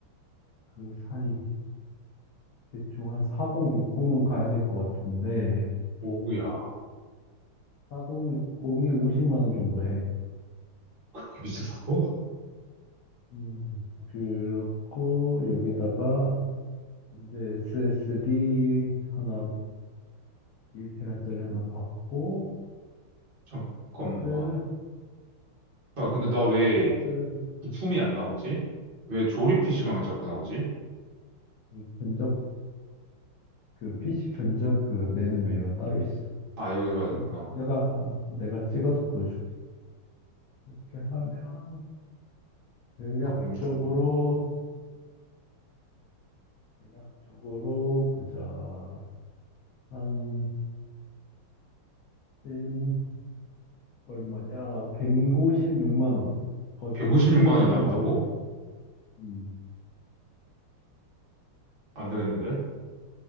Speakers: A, on the left; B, on the right.
A: 그 사이 대충 한 4060은 가야 될 것 같은데
B: 오우야,
A: 4060이 50만 원 정도 해.
B: 그렇게 비싸다고?
A: 음, 그렇고 여기다가 이제 SSD 하나 1테라짜리 하나 받고
B: <laughs> 잠깐만.
A: 하드
B: 아, 근데 나 왜
A: 하드
B: 부품이 안
A: 아,
B: 나오지? 왜 조립 PC방에 자꾸 나오지?
A: 그 견적 그 PC 견적 그 내는 메뉴가 따로 있어.
B: 아, 여기서 봐야
A: 그냥
B: 되는구나.
A: 내가 아, 내가 찍어서 보여줄게. 이렇게 하면 대략적으로
B: 4060.
A: 대략적으로 보자. 한 음, 얼마냐? 1십6만 원. 거의
B: 156만
A: 160만
B: 원이
A: 원 정도
B: 나온다고?
A: 나오겠지. 음,
B: 안 되겠는데?